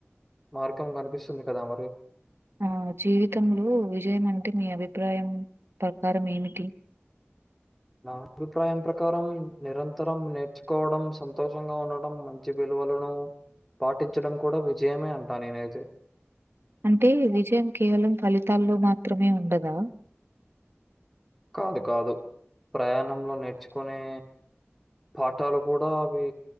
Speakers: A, in the centre; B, on the right.
A: మార్గం కనిపిస్తుంది కదా మరి
B: ఆ జీవితంలో విజయం అంటే మీ అభిప్రాయం ప్రకారం ఏమిటి
A: నా అభిప్రాయం ప్రకారం నిరంతరం నేర్చుకోవడం సంతోషంగా ఉండటడం మం చి విలువలను పాటించడం కూడా విజయమే అంటా నేనైతే
B: అంటే విజయం కేవలం ఫలితాల్లో మాత్రమే ఉండదా
A: కాదు కాదు ప్రయాణంలో నేర్చుకునే పాఠాలు కూడా అవి